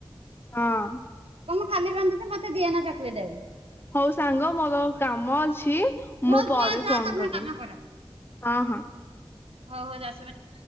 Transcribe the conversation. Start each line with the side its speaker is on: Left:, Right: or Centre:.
Left: ହଁ।
Right: କହ ମୁଁ ଖାଲି ବାନ୍ଧିଲେ ମତେ ଦିଅନା ଚକୋଲେଟ ଆଉ।
Left: ହଉ ସାଙ୍ଗ ମୋର କାମ ଅଛି।
Right: ଆଉ ହଉ
Left: ମୁଁ ପରେ
Right: ଯା ଯା
Left: ଫୋନ୍
Right: ତମେ
Left: କରିବି।
Right: କାମ
Left: ହଁ ହଁ।
Right: ଓହୋ ଦାସ ଭାଇ